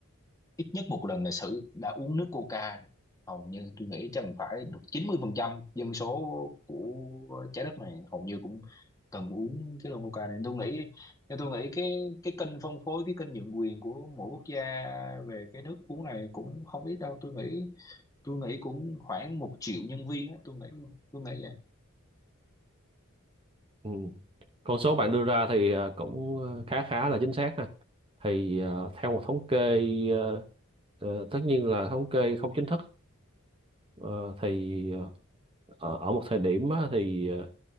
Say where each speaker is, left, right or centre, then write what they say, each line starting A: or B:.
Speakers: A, on the left; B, on the right.
A: ít nhất một lần lịch sử đã uống nước coca hầu như tôi nghĩ chắc phải được 90% dân số của trái đất này hầu như cũng cần uống cái lon coca này tôi nghĩ nên tôi nghĩ cái cái kênh phân phối cái kênh nhượng quyền của mỗi quốc gia về cái nước uống này cũng không ít đâu tôi nghĩ tôi nghĩ cũng khoảng một triệu nhân viên á tôi nghĩ tôi nghĩ vậy
B: Ừ. Con số bạn đưa ra thì ờ, cũng ờ, khá khá là chính xác ha. Thì ờ, theo một thống kê ờ, ờ, tất nhiên là thống kê không chính thức ờ, thì ờ, ở ở một thời điểm á, thì ờ,